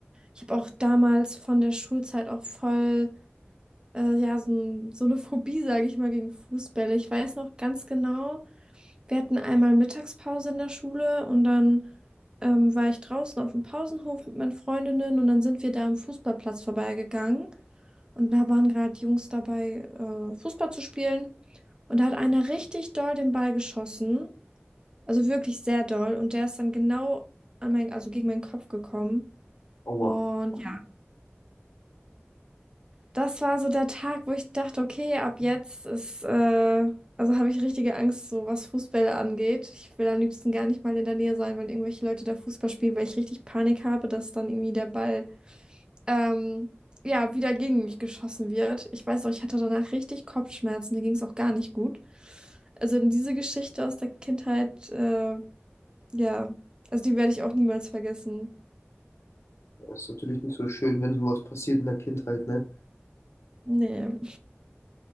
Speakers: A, on the right; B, on the left.
A: Ich habe auch damals von der Schulzeit auch voll, äh, ja, so, n- so eine Phobie, sage ich mal, gegen Fußbälle. Ich weiß noch ganz genau, wir hatten einmal Mittagspause in der Schule und dann ähm, war ich draußen auf dem Pausenhof mit meinen Freundinnen und dann sind wir da am Fußballplatz vorbeigegangen und da waren gerade Jungs dabei, äh, Fußball zu spielen. Und da hat einer richtig doll den Ball geschossen. Also wirklich sehr doll. Und der ist dann genau an mein, also gegen meinen Kopf gekommen.
B: Aua,
A: Und ja, das war so der Tag, wo ich dachte, okay, ab jetzt ist, äh, also habe ich richtige Angst, so was Fußbälle angeht. Ich will am liebsten gar nicht mal in der Nähe sein, wenn irgendwelche Leute da Fußball spielen, weil ich richtig Panik habe, dass dann irgendwie der Ball ähm, ja, wieder gegen mich geschossen wird. Ich weiß auch, ich hatte danach richtig Kopfschmerzen, mir ging es auch gar nicht gut. Also in diese Geschichte aus der Kindheit, äh, ja, also die werde ich auch niemals vergessen.
B: das ist natürlich nicht so schön, wenn sowas passiert in der Kindheit, ne?
A: Nee.